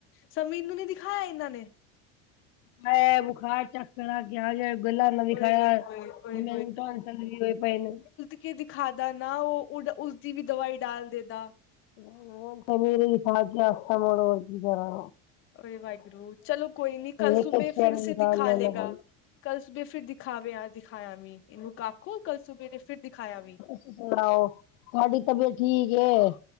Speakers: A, on the left; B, on the left.
A: ਸਮੀਰ ਨੂੰ ਨੀ ਦਿਖਾਏ ਇਨਾਂ ਨੇ?
B: ਮੈਂ ਬੁਖਾਰ ਚੱਕ ਕਰ ਆ ਗਿਆ ਜ ਗੱਲਾਂ ਨਾ ਵਿਖਾਇਆ,
A: ਓਏ ਹੋਏ ਓਏ
B: ਮੈਨੂੰ ਢੋਣਸੱਲ ਵੀ ਹੋਏ ਪਏ ਨੇ।
A: ਕੇਦਿ ਖਾਦਾ ਨਾ ਓ ਉਡ ਉਸਦੀ ਵੀ ਦਵਾਈ ਡਾਲ ਦੇਦਾ।
B: ਉਹ ਸਮੀਰ ਈ ਲਿੱਖਣ ਲਗਿਆ। ਇਸ ਤੋਂ ਵੱਧ ਹੋਰ ਕੀ ਕਰਾ।
A: ਓਏ ਵਾਹਿਗੁਰੂ, ਚਲੋ ਕੋਈ ਨੀ ਕੱਲ ਸੁਬੇ
B: ਇੱਕ ਇੱਕ ਸ਼ੇਰ
A: ਫਿਰ
B: ਨੂੰ
A: ਸੇ
B: ਵਿਖਾਣ
A: ਦਿਖਾ
B: ਜਾਣਾ
A: ਲੇਗਾ।
B: ਪਊ
A: ਕੱਲ ਸੁਬੇ ਫਿਰ ਦਿਖਾਵ ਦਿਖਾਇਆ ਵੀ, ਇਹਨੂੰ ਕਾਕੋ ਕੱਲ ਸੁਬੇ ਨੇ ਫਿਰ ਦਿਖਾਇਆ ਵੀ
B: ਤੁਸੀ ਸੁਣਾਓ, ਤੁਹਾਡੀ ਤਬੀਅਤ ਠੀਕ ਐ?